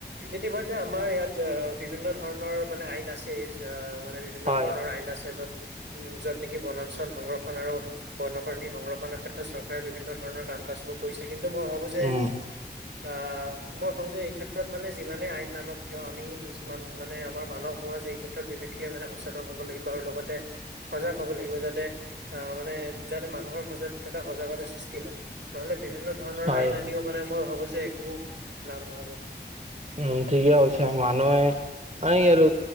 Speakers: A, on the right; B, on the right.
A: ইতিমধ্যে আমাৰ ইয়াত আহ বিভিন্ন ধৰণৰ মানে আইন আছে, আহ- মানে বিভিন্ন
B: হয়।
A: ধৰণৰ আইন আছে য'ত, উমঁ, য'ত নেকি বনাঞ্চল সংৰক্ষন আৰু- বন্যপ্ৰাণী সংৰক্ষণৰ ক্ষেত্ৰত চৰকাৰে বিভিন্ন ধৰণৰ কাম- কাজবোৰ কৰিছে, কিন্তু মই ভাবো যে-
B: উম
A: আহ মই ভাবো যে এই ক্ষেত্ৰত মানে যিমানে আইন নানক কিয় আমি নিজক মানে আমাৰ মানৱ সমাজ এই ক্ষেত্ৰত- বিশেষকে মানে সচেতন হ'ব লাগিব আৰু লগতে- সজাগ হ'ব লাগিব যাতে আঁহ মানে যাতে মানুহৰ মাজত এটা সজাগতা সৃষ্টি হয়। নহ'লে বিভিন্ন ধৰণৰ
B: হয়
A: আইন আনিও মানে মই ভাবো যে একো লাভ নহ'ব।
B: উমঁ, ঠিকে কৈছা। মানুহে এই আৰু